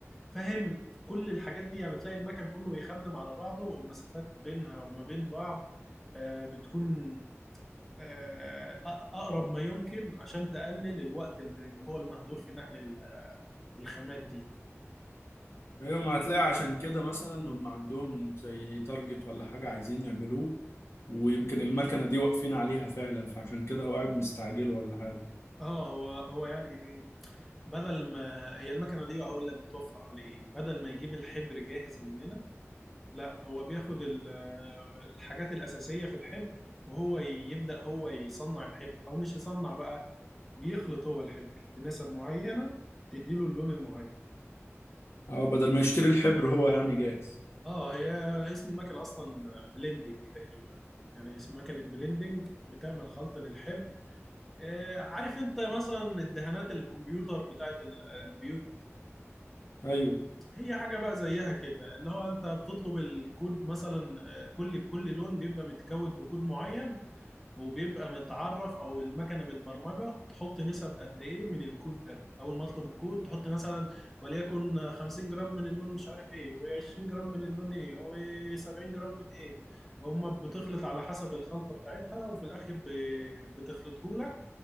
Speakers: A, in the centre; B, on the left (about 60°).
A: فاهم كل الحاجات دي يعني تلاقي المكان كله بيخدم على بعضه والمسافات بينها وما بين بعض آه، بتكون آه، أ- أقرب ما يمكن عشان تقلل الوقت اللي اللي هو المهدور في نقل ال- الخامات دي
B: ايوه ما هتلاقي عشان كده مثلا هم عندهم زي تارجت ولا حاجة عايزين يعملوه ويمكن المكنة دي واقفين عليها فعلا فعشان كده هو قاعد مستعجل ولا حاجة
A: اه هو هو يعني ايه بدل ما هي المكنه دي هقول لك بتوفر على ايه بدل ما يجيب الحبر جاهز مننا لا هو بياخد ال- الحاجات الأساسية في الحبر وهو يبدأ هو يصنع الحبر او مش يصنع بقى بيخلط هو الحبر بنسب معينة تديله اللون المعين
B: اه بدل ما يشتري الحبر هو يعني جاهز
A: اه هي اسم المكنة اصلا بلندنج تقريبا يعني اسم مكنة بلندنج بتعمل خلط للحبر آه عارف انت مثلا الدهانات الكمبيوتر بتاعت ال- البيوت
B: ايوه
A: هي حاجة بقى زيها كده اللي هو انت بتطلب الكود مثلا آه، كل كل لون بيبقى متكود بكود معين وبيبقى متعرف او المكنه متبرمجه تحط نسب قد ايه من الكود ده اول ما اطلب الكود تحط مثلا وليكن 50 جرام من اللون مش عارف ايه و20 جرام من اللون ايه و70 جرام من ايه هما بتخلط على حسب الخلطه بتاعتها وفي الاخر ب- بتخلطه لك